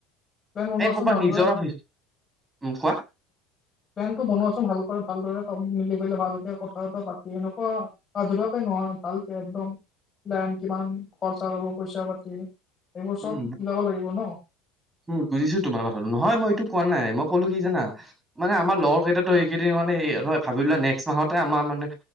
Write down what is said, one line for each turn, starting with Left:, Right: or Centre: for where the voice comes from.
Left: প্লেন বনোৱাচোন
Right: এই কৰ'বাত
Left: ভালদৰে
Right: নিজৰা উম ', কোৱা?
Left: পেনটো বনোৱাচোন ভাল কৰা ভালদৰে ছবে মিলি পেলাই ভাল কে কথা বতা পাতি এনেকুৱা আধৰুৱাকে নহয় ভালকে একদম লেন কিমান খৰচা হব পইচা পাতি এইবোৰ চব
Right: উম
Left: মিলাব লাগিব ন
Right: উম বুজিছো তোমাৰ কথাটো নহয় মই এইটো কোৱা নাই মই কলো কি জানা মানে আমাৰ লগৰ কেইটা এইকেইদিন মানে ভাবিলো নেক্স মাহতে আমাৰ মানে